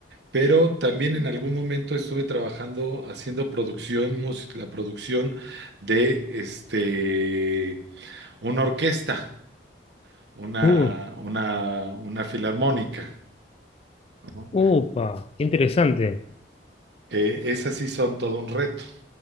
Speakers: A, on the right (about 70°); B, on the left (about 35°).
A: pero también en algún momento estuve trabajando haciendo producción, mus- la producción de este, una orquesta, una,
B: Uh,
A: una, una filarmónica, ¿no?
B: upa, qué interesante.
A: Eh, esas sí son todo un reto.